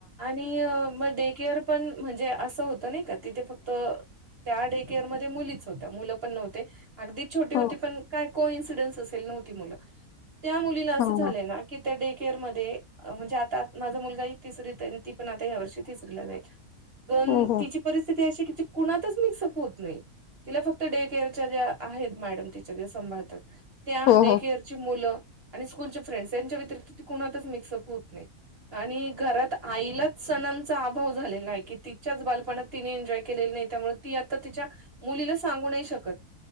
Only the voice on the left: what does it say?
हो
हां,
हां.
हो, हो.
हो,
हो.